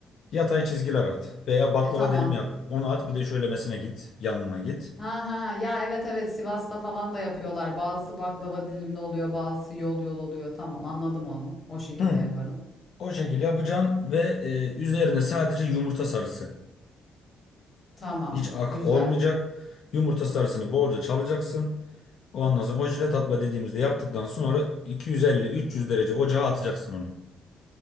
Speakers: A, on the left; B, on the left.
A: yatay çizgiler at. Veya baklava
B: E tamam.
A: dilim yap. Onu at bir de şöylemesine git yanına git.
B: Ha ha ha. ya evet evet Sivas'ta falan da yapıyorlar. Bazısı baklava dilimli oluyor bazısı yol yol oluyor. Tamam anladım onu. O şekilde
A: Hı.
B: yaparım.
A: O şekil yapacaksın ve e, üzerine sadece yumurta sarısı.
B: Tamam
A: Hiç ak
B: güzel.
A: olmayacak. Yumurta sarısını bolca çalacaksın. Ondan sonra o jilet atma dediğimizde yaptıktan sonra 250-300 derece ocağa atacaksın onu.